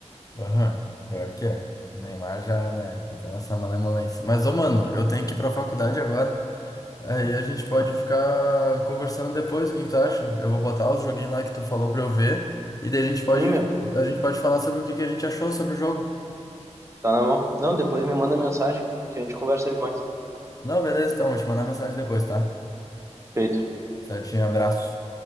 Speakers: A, on the left (about 30°); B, on the right (about 25°).
A: Aham, pior que é. O Neymar já, né? Tá nessa malemolência. Mas, ô, mano, eu tenho que ir pra faculdade agora. Aí a gente pode ficar conversando depois, o que que tu acha? Eu vou botar os joguinhos lá que tu falou pra eu ver. E daí a gente pode,
B: Sim, meu,
A: a gente pode falar sobre o que que a gente achou sobre o jogo.
B: tá na mão. Não, depois me manda mensagem que a gente conversa ele mais.
A: Não, beleza, então, vou te mandar mensagem depois, tá?
B: Feito.
A: Certinho, abraço.